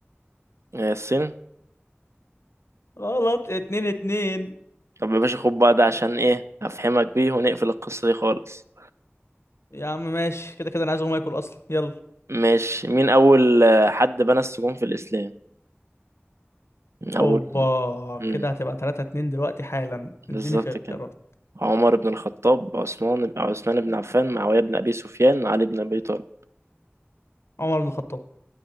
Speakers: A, on the right (about 80°); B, on the left (about 70°).
A: إيه، الصين
B: غلط اتنين اتنين
A: طب يا باشا خد بقى ده عشان ايه افهمك بيه ونقفل القصة دي خالص
B: يا عم ماشي كده كده أنا عايز أقوم آكل أصلا يلا
A: ماشي مين اول آه، حد بنى السجون في الاسلام اول
B: أوبا
A: مم.
B: كده هتبقى تلاتة اتنين دلوقتي حالا
A: بالظبط
B: اديني خيارات
A: كده عمر بن الخطاب عثمان عثمان بن عفان معاوية بن ابي سفيان علي بن ابي طالب
B: عمر بن الخطاب